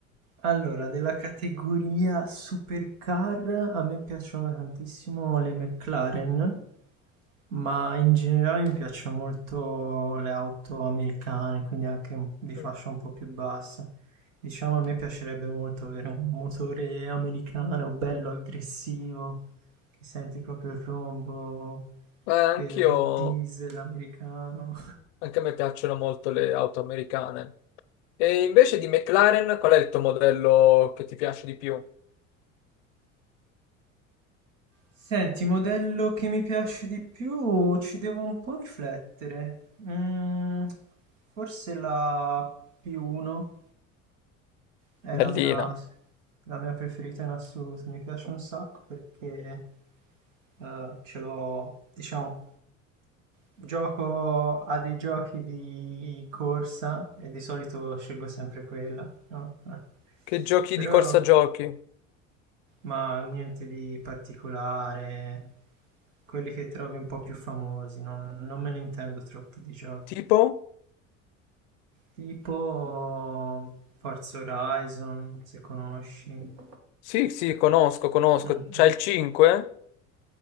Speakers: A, on the right; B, on the left.
A: Allora, della categoria supercar a me piacciono tantissimo le McLaren, ma in generale mi piacciono molto le auto americane, quindi anche un- di fascia
B: Mm.
A: un po' più bassa. Diciamo, a me piacerebbe molto avere un motore americano, bello aggressivo, che senti proprio il rombo
B: Eh,
A: del
B: anch'io,
A: diesel americano.
B: anche a me piacciono molto le auto americane. E invece di McLaren, qual è il tuo modello che ti piace di più?
A: Senti, modello che mi piace di più, ci devo un po' riflettere. Mm, forse la P1 è
B: Bellina.
A: la mia, la mia preferita in assoluto, mi piace un sacco perché eh, ce l'ho, diciamo, gioco a dei giochi di corsa e di solito scelgo sempre quella, no? <laughs>
B: Che giochi
A: Però
B: di corsa giochi?
A: Ma niente di particolare. Quelli che trovi un po' più famosi, non, non me ne intendo troppo di giochi.
B: Tipo?
A: Tipo Forza Horizon, se conosci.
B: Sì, sì, conosco, conosco.
A: Mm, mm.
B: C'hai il 5?